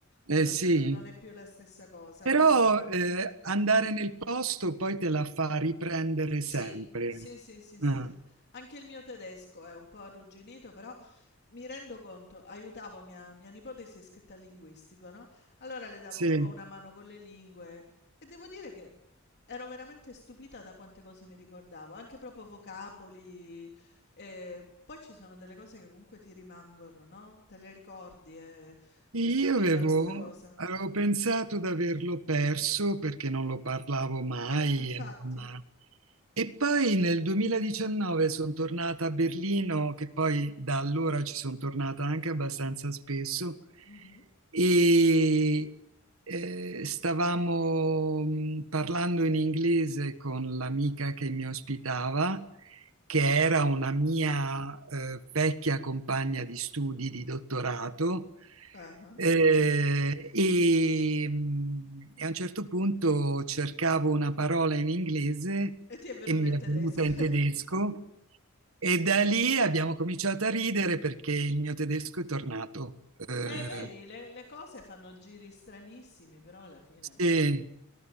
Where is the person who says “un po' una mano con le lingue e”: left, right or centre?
Left